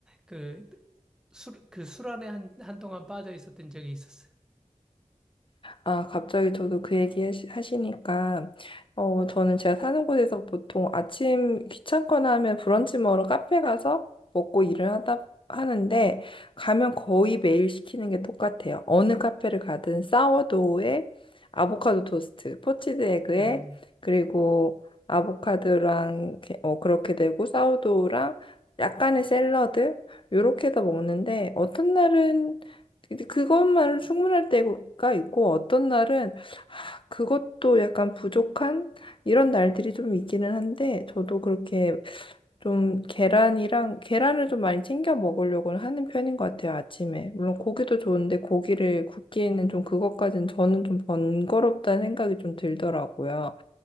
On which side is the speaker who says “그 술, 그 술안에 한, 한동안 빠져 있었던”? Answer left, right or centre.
Centre